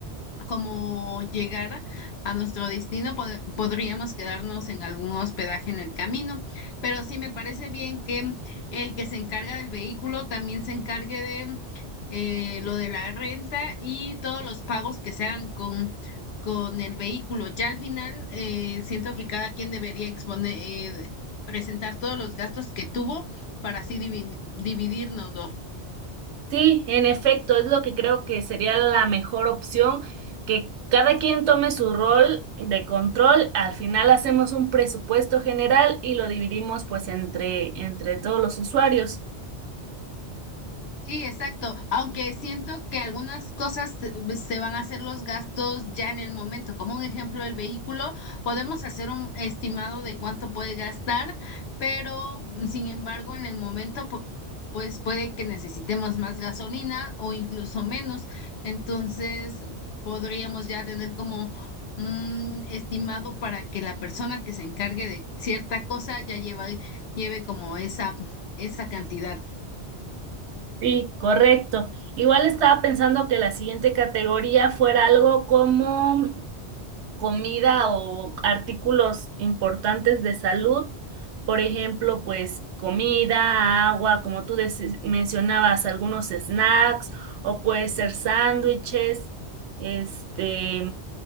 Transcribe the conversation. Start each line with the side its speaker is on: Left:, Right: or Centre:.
Left: como llegar a nuestro destino, pod- podríamos quedarnos en algún hospedaje en el camino, pero sí me parece bien que el que se encarga del vehículo también se encargue de eh, lo de la renta y todos los pagos que se hagan con, con el vehículo. Ya al final, eh, siento que cada quien debería exponer, eh, presentar todos los gastos que tuvo para así dividirnos.
Right: Sí, en efecto, es lo que creo que sería la mejor opción, que cada quien tome su rol de control, al final hacemos un presupuesto general y lo dividimos pues entre, entre todos los usuarios.
Left: Sí, exacto. Aunque siento que algunas cosas se se van a hacer los gastos ya en el momento. Como un ejemplo, el vehículo, podemos hacer un estimado de cuánto puede gastar, pero mm, sin embargo, en el momento, pu- pues puede que necesitemos más gasolina o incluso menos. Entonces, podríamos ya tener como un estimado para que la persona que se encargue de cierta cosa ya lleva, lleve como esa, esa cantidad.
Right: Sí, correcto. Igual estaba pensando que la siguiente categoría fuera algo como comida o artículos importantes de salud, por ejemplo, pues comida, agua, como tú deci- mencionabas, algunos snacks o puede ser sándwiches, este,